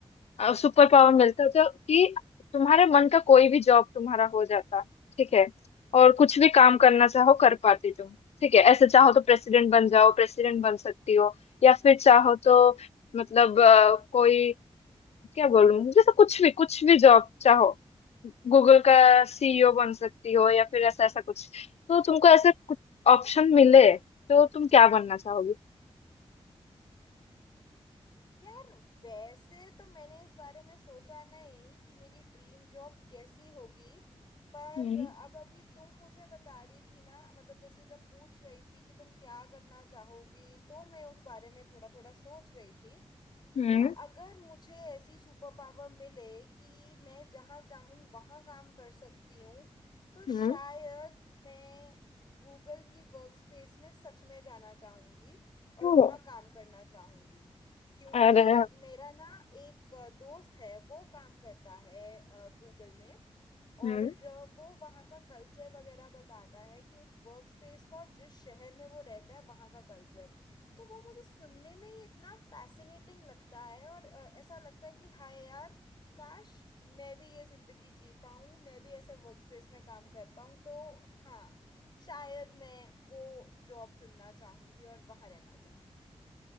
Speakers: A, on the left; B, on the left.
A: सुपर पावर
B: हाँ
A: मिलता है जो कि तुम्हारे मन का कोई भी जॉब तुम्हारा हो जाता ठीक है और कुछ भी काम करना चाहो कर पाते तुम ठीक है ऐसे चाहो तो प्रेसिडेंट बन जाओ प्रेसिडेंट बन सकती हो या फिर चाहो तो
B: हाँ।
A: मतलब अ, कोई क्या बोलूं जैसे कुछ भी कुछ भी जॉब चाहो गूगल का सीईओ बन सकती हो या फिर ऐसा ऐसा कुछ तो तुमको ऐसे कुछ ऑप्शन मिले तो तुम क्या बनना चाहोगी
B: यार वैसे तो मैंने इस बारे में सोचा नहीं कि मेरी ड्रीम जॉब कैसी होगी पर
A: हम्म
B: अब अभी तुम मुझे बता रही थी ना मतलब जैसे जब पूछ रही थी कि तुम क्या करना चाहोगी तो मैं उस बारे में थोड़ा थोड़ा सोच रही थी
A: हम्म
B: तो अगर मुझे ऐसी सुपर पावर मिले कि मैं जहाँ चाहूँ वहाँ काम कर सकती हूँ तो
A: हम्म
B: शायद मैं गूगल की वर्क स्पेस में सच में जाना चाहूँगी और
A: ओ,
B: वहाँ काम करना चाहूँगी क्योंकि
A: अरे
B: मेरा ना एक अ, दोस्त है वो काम करता है गूगल में
A: हम्म
B: और अ, वो वहाँ का कल्चर वगैरह बताता है कि उस वर्क स्पेस का और जिस शहर में वो रहता है वहाँ का कल्चर तो वो मुझे सुनने में ही इतना फैसिनेटिंग लगता है और अ, ऐसा लगता है कि हाय यार काश मैं भी ये ज़िंदगी जी पाऊँ मैं भी ऐसे वर्क स्पेस में काम कर पाऊँ तो हाँ शायद मैं वो जॉब चुनना चाहूँगी और वहाँ रहना चाहूँगी